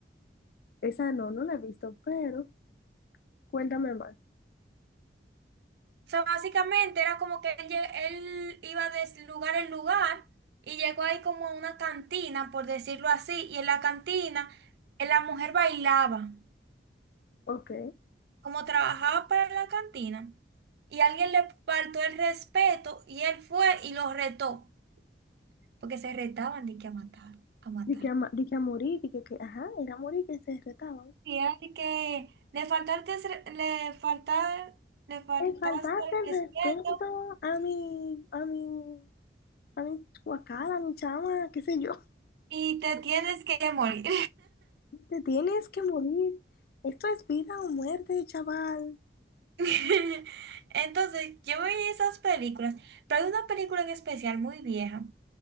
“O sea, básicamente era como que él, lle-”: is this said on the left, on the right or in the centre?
Right